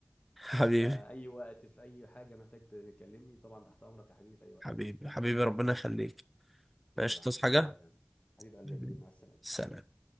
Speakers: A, in the centre; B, on the left.
A: حبيبي
B: فاي وقت في اي حاجه محتاج تكلمني طبعا تحت امرك يا حبيبي في اي وقت
A: حبيبي حبيبي ربنا يخليك
B: يلا
A: ماشي
B: يا
A: تصحى
B: حبيبي
A: حاجه
B: مع السلامه حبيب قلبي
A: حبيبي.
B: يا كبير مع السلامه
A: سلام